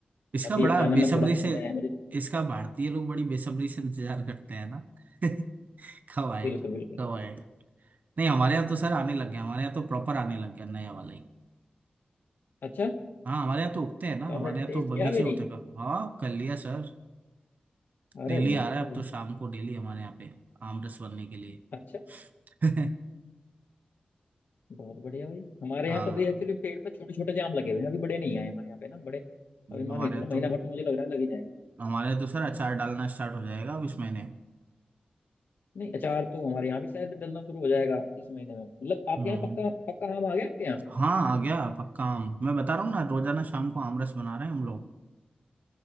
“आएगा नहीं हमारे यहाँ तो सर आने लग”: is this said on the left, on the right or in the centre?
Right